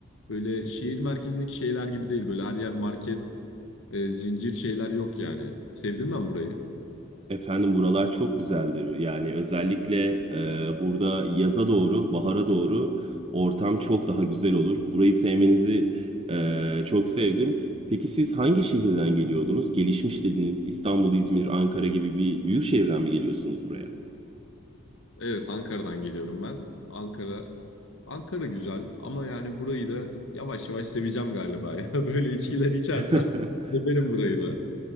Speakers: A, on the left; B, on the right.
A: Böyle şehir merkezindeki şeyler gibi değil. Böyle her yer market, e, zincir şeyler yok yani. Sevdim ben burayı.
B: Efendim buralar çok güzeldir. Yani özellikle e, burada yaza doğru, bahara doğru ortam çok daha güzel olur. Burayı sevmenizi e, çok sevdim. Peki siz hangi şehirden geliyordunuz? Gelişmiş dediniz. İstanbul, İzmir, Ankara gibi bir büyük şehirden mi geliyorsunuz buraya?
A: Evet, Ankara'dan geliyorum ben. Ankara Ankara güzel ama yani burayı da yavaş yavaş seveceğim galiba ya. <laughs> Böyle içkiler içersen
B: <laughs>
A: severim burayı da.